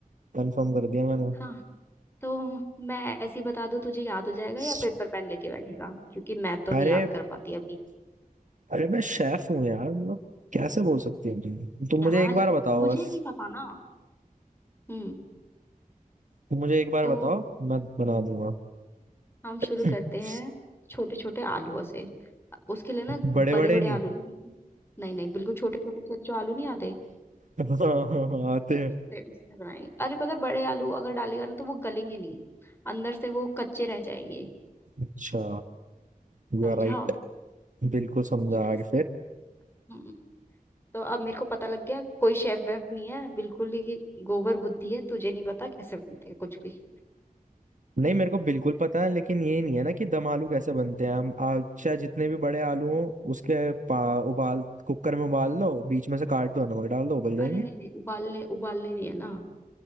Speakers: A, on the right; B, on the left.
A: कंफर्म कर दिया मैंने
B: हाँ तो मैं ऐसे ही बता दूं तुझे याद हो जाएगा
A: <laughs>
B: या पेपर पेन लेके बैठेगा क्योंकि मैं तो
A: अरे
B: नहीं याद कर पाती अभी
A: अरे मैं शेफ हूँ यार मतलब कैसे बोल सकती हो तुम तुम
B: यार
A: मुझे एक बार बताओ
B: मुझे
A: बस
B: नहीं पता ना हम्म
A: तुम मुझे एक बार
B: तो
A: बताओ मैं बना दूंगा
B: हम शुरू
A: <laughs>
B: करते हैं छोटे छोटे आलूओं से उसके लिए ना
A: बड़े
B: बड़े
A: बड़े
B: बड़े
A: नहीं
B: आलू नहीं नहीं नहीं बिल्कुल छोटे छोटे से जो आलू नहीं आते
A: <laughs> हाँ, हाँ, हाँ, आते हैं
B: उससे उससे बनाएंगे अरे पता है, बड़े आलू अगर डालेगा ना तो वो गलेंगे नहीं अंदर से वो कच्चे रह जाएंगे
A: अच्छा यू
B: समझा
A: आर राइट बिल्कुल समझा
B: यस
A: आगे फिर
B: हम्म तो अब मेरे को पता लग गया कोई शेफ वेफ नहीं है बिल्कुल ही गोबर बुद्धि है तुझे नहीं पता कैसे बनते हैं कुछ भी
A: नहीं
B: हम्म,
A: मेरे को बिल्कुल पता है लेकिन ये नहीं है ना कि दम आलू कैसे बनते हैं हम आ, चाहे जितने भी बड़े आलू हों उसके पा उबाल कुकर में उबाल लो बीच में से काट दो नमक डाल दो उबल जाएंगे
B: अरे नहीं नहीं उबालने उबालने नहीं है ना